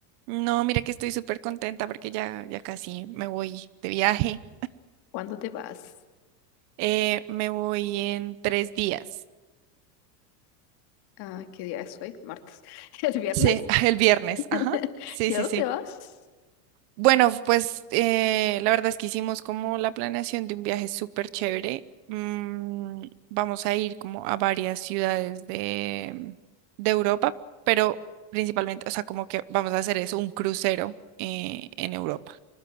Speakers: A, on the right (about 55°); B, on the left (about 50°).
A: No, mira que estoy súper contenta porque ya, ya casi me voy de viaje.
B: ¿Cuándo te vas?
A: Eh, me voy en tres días.
B: Ah, ¿qué día es hoy? Martes. <laughs> ¿El viernes?
A: Sí, <laughs> el viernes,
B: <laughs>
A: ajá. Sí,
B: ¿Y
A: sí,
B: a dónde
A: sí.
B: vas?
A: Bueno, pues eh, la verdad es que hicimos como la planeación de un viaje súper chévere. Mm, vamos a ir como a varias ciudades de, de Europa, pero principalmente, o sea, como que vamos a hacer eso, un crucero eh, en Europa.